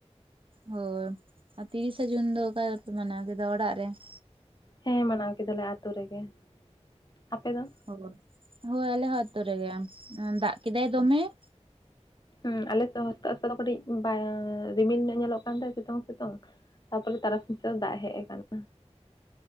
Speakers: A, on the right (about 50°); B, on the left (about 35°).
A: ᱦᱳᱭ, ᱟᱨ ᱛᱤᱨᱤᱥᱟ ᱡᱩᱱ ᱫᱚ, ᱚᱠᱟ ᱨᱮᱯᱮ ᱢᱟᱱᱟᱣ ᱠᱮᱫᱟ? ᱚᱲᱟᱜ ᱨᱮ ᱾
B: ᱦᱮᱸ, ᱢᱟᱱᱟᱣ ᱠᱮᱫᱟ ᱞᱮ, ᱟᱛᱳ ᱨᱮᱜᱮ ᱾ ᱟᱯᱮ ᱫᱚ?
A: <unintelligible> ᱦᱳᱭ, ᱟᱞᱮ ᱦᱚᱸ, ᱟᱛᱳ ᱨᱮᱜᱮ ᱾ ᱫᱟᱜ ᱠᱮᱫᱟᱭ ᱫᱚᱢᱮ ᱾
B: ᱦᱮᱸᱻ, ᱟᱞᱮ ᱥᱮᱫ ᱦᱚᱭ ᱛᱚ, <unintelligible> ᱫᱚ ᱠᱟᱹᱴᱤᱡ ᱨᱤᱢᱤᱞ ᱧᱚᱜ ᱧᱮᱞᱚᱜ ᱠᱟᱱ ᱛᱟᱦᱮ, ᱥᱤᱛᱩᱝ ᱥᱤᱛᱩᱝ ᱛᱟᱯᱚᱨᱮ, ᱛᱟᱨᱟᱥᱤᱧ ᱥᱮᱫ ᱫᱟᱜ ᱦᱮᱡ ᱟᱠᱟᱱᱟ ᱾